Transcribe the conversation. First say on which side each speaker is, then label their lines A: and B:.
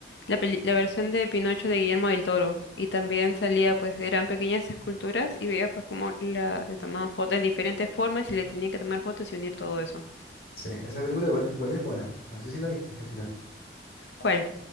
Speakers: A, on the left; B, on the left.
A: la, peli- la versión de Pinocho de Guillermo del Toro. Y también salía, pues, eran pequeñas esculturas y veía, pues, como la, le tomaban fotos en diferentes formas y le tenían que tomar fotos y unir todo eso.
B: Sí, esa película igual, igual es buena. No sé si la viste al final.
A: ¿Cuál?